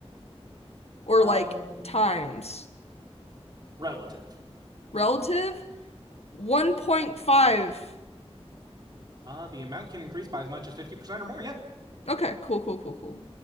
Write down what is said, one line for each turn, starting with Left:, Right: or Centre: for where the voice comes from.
Left: or
Right: Um,
Left: like times?
Right: relative.
Left: Relative? 1.5.
Right: Uh, the amount can increase by as much as 50% or more, yeah.
Left: Okay, cool, cool, cool, cool.